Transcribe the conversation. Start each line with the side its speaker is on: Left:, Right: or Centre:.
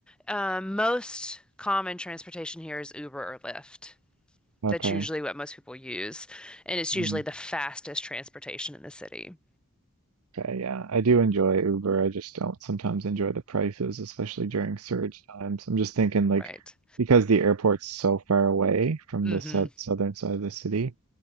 Centre: Um, most common transportation here is Uber or Lyft.
Right: okay
Centre: That's usually what most people use, and it's
Right: Hmm.
Centre: usually the fastest transportation in the city,
Right: Okay, yeah, I do enjoy Uber. I just don't sometimes enjoy the prices, especially during surge times. I'm just thinking like
Centre: right?
Right: because the airport's so far away from
Centre: Hmm.
Right: the set southern side of the city,